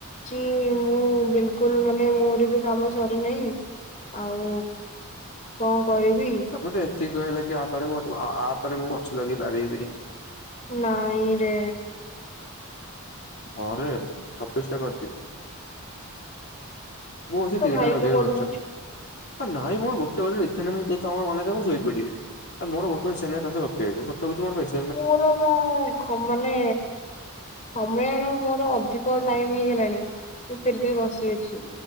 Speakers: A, on the left; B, on the left.
A: କି ମୁଁ ବିଲକୁଲ୍ ମାନେ ମୋର ବି କାମ ସରିନାହିଁ ଆଉ କଁ କରିବି?
B: ହଁ ମତେ ଏତିକି କହିଗଲେ କି ଆ ପରେ ମୁଁ ଅତ୍ ଆ ଆ ପରେ ମୁଁ ଗଛ ଲଗେଇ ପାରିବି।
A: ନାଇଁରେ।
B: ହଁ ରେ ଛବିଶଟା କରିଦିଏ। ମୁଁ ସେ
A: ତୋ
B: ତିନିଟା
A: ଭାଇକୁ
B: ଲଗେଇବି
A: କରୁନୁ
B: ଗଛ। ଏ ନାଇଁ ମୋର ଗୋଟେ ଗରେ ଅଛି ନିଥେନେ ମୁଁ ତେଇ ତମ ମନେ ତାକୁ ଶୋଇପଡି଼ବି। ଆରେ ମୋର ମୋଟୁରୁ ସେ ନାହିଁ ତା ସହିତ ଗପିବାକୁ ସତ କୋହୁଚି ମୋର ବେଶ୍
A: ମୋର ବା ଘ ମାନେ ସମୟର ମୋର ଅଧିକ ଟାଇମ୍ ହେଇଗଲାଣି। ସେ ଫିର୍ ବି ବସି ଅଛି।